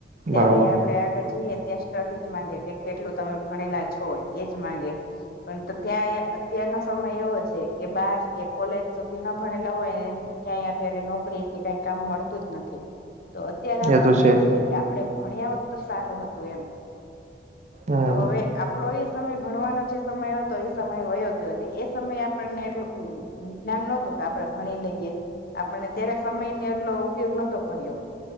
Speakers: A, on the left; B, on the right.
A: ત્યારે
B: બરાબર
A: આપડે આગળ જઈએ ત્યાં સ્ટડી જ માંગે કે કેટલું તમે ભણેલા છો એજ માંગે પણ તો ત્યાંએ અત્યારનો સમય એવો છે કે બાર કે કોલેજ સુધી ન ભણેલા હોય એન ક્યાંય અત્યારે નોકરી કે કાંઈ કામ મળતું જ નથી તો અત્યારે આપણને
B: એ તો છે
A: એવુ
B: જ
A: થાય કે આપડે ભણ્યા હોત તો સારું હતું એમ
B: હમ
A: તો હવે આપડો એ સમય ભણવાનો જે સમય હતો એ સમયે વયો ગ્યો તે સમયે આપણને એટલું જ્ઞાન નોતું કે આપડે ભણી લઈએ આપણને ત્યારે સમયને એટલો ઉપયોગ નતો કર્યો